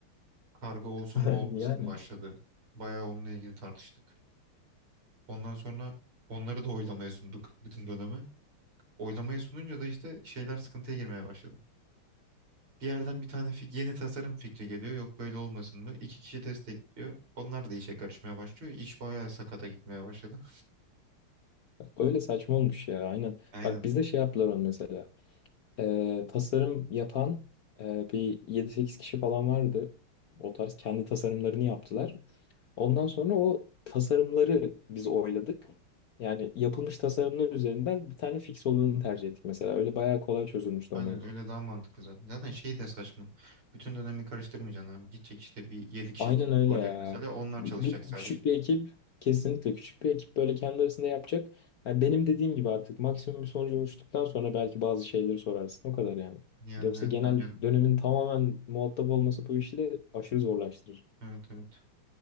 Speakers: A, on the right; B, on the left.
A: Karga olsun
B: <laughs>
A: mu olmasın
B: Yani
A: mı başladı. Bayağı onunla ilgili tartıştık. Ondan sonra onları da oylamaya sunduk bütün döneme. Oylamaya sununca da işte şeyler sıkıntıya girmeye başladı. Bir yerden bir tane fik yeni tasarım fikri geliyor. Yok böyle olmasın mı? İki kişi destekliyor. Onlar da işe karışmaya başlıyor. İş bayağı sakata gitmeye başladı.
B: öyle saçma olmuş ya aynen.
A: Aynen.
B: Bak bizde şey yaptılar onu mesela. Ee, tasarım yapan e, bir yedi sekiz kişi falan vardı. O tarz kendi tasarımlarını yaptılar. Ondan sonra o tasarımları biz oyladık. Yani yapılmış tasarımlar üzerinden bir tane fix olanı tercih ettik mesela. Öyle bayağı kolay çözülmüştü
A: Aynen
B: o mevzu.
A: öyle daha mantıklı zaten. Zaten şey de saçma. Bütün dönemi karıştırmayacaksın abi. Gidecek işte bir 7 kişilik
B: Aynen
A: ekip
B: öyle
A: olacak
B: ya.
A: mesela. Onlar
B: Bir,
A: çalışacak
B: küçük
A: sadece.
B: bir ekip, kesinlikle küçük bir ekip böyle kendi arasında yapacak. Yani benim dediğim gibi artık maksimum bir sonuca ulaştıktan sonra belki bazı şeyleri sorarsın. O kadar yani.
A: Yani
B: Yoksa
A: evet
B: genel
A: bence de.
B: dönemin tamamen muhatap olması bu işle aşırı zorlaştırır.
A: Evet evet.